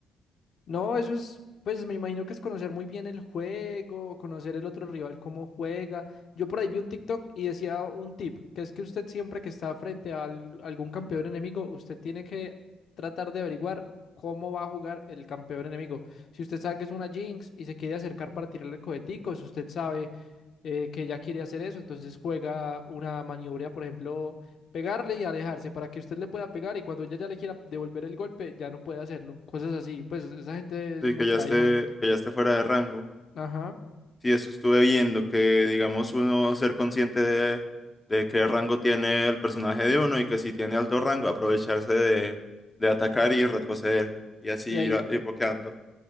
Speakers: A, on the left (about 60°); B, on the left (about 20°).
A: No, eso es, pues me imagino que es conocer muy bien el juego, conocer el otro rival cómo juega. Yo por ahí vi un TikTok y decía un tip, que es que usted siempre que está frente a al- algún campeón enemigo, usted tiene que tratar de averiguar cómo va a jugar el campeón enemigo. Si usted sabe que es una Jinx y se quiere acercar para tirarle coheticos, usted sabe eh, que ya quiere hacer eso, entonces juega una maniobra, por ejemplo pegarle y alejarse para que usted le pueda pegar y cuando ella ya le quiera devolver el golpe, ya no puede hacerlo. Cosas así. Pues esa gente es
B: Sí,
A: muy
B: que ya
A: tryhard.
B: esté, que ya esté fuera de rango.
A: Ajá.
B: Sí, eso estuve viendo, que digamos uno ser consciente de, de qué rango tiene el personaje de uno y que si tiene alto rango aprovecharse de, de atacar y retroceder y así
A: Y hay,
B: ir, a- ir boqueando.